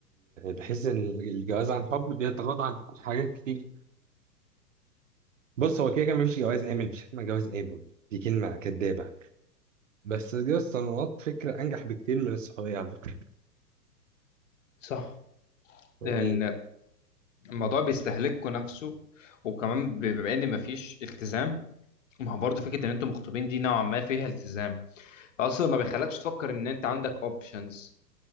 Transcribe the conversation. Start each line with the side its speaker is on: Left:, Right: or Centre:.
Right: بحس ان الجواز عن حب بيتغاضى عن حاجات كتير بص هو كده كان مفيش جواز آمن مفيش حاجة اسمها جواز آمن دي كلمة كدابة بس جواز الصالونات فكرة أنجح بكتير من الصحوبية على فكرة
Left: صح
Right: يعني
Left: لان الموضوع بيستهلككوا نفسه وكمان بما ان مفيش التزام ما هو برضه فكره ان انتوا مخطوبين دي نوعا ما فيها التزام فاصلا ما بيخلكش تفكر ان انت عندك اوبشنز